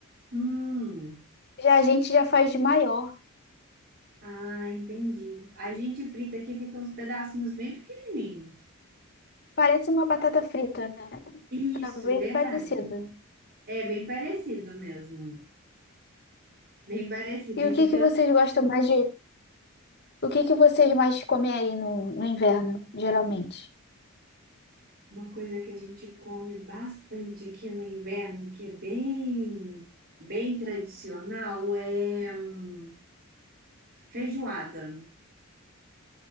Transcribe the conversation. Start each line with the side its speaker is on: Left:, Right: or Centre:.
Right: Hum.
Left: Já a gente já faz de maior.
Right: Ah, entendi. A gente frita aqui fica uns pedacinhos bem pequenininhos.
Left: Parece uma batata frita, né?
Right: Isso,
Left: Tá bem
Right: verdade.
Left: parecido.
Right: É bem parecido mesmo. Bem parecido.
Left: E
Right: E
Left: o
Right: fica
Left: que que vocês gostam mais de, o que que vocês mais comem aí no, no inverno, geralmente?
Right: Uma coisa que a gente come bastante aqui no inverno, que é bem, bem tradicional, é hum, feijoada.